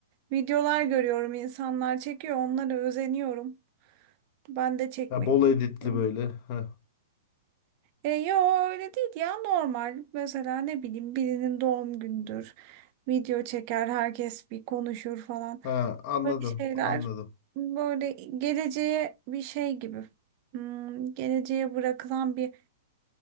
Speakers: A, on the right; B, on the left.
A: videolar görüyorum insanlar çekiyor onlara özeniyorum. Ben de çekmek
B: Ha, bol
A: istiyorum.
B: editli böyle. Heh.
A: E, yo öyle değil ya normal. Mesela ne bileyim birinin doğum gündür. Video çeker herkes bir konuşur falan.
B: Ha, anladım,
A: Böyle şeyler
B: anladım.
A: böyle geleceğe bir şey gibi. Hmm, geleceğe bırakılan bir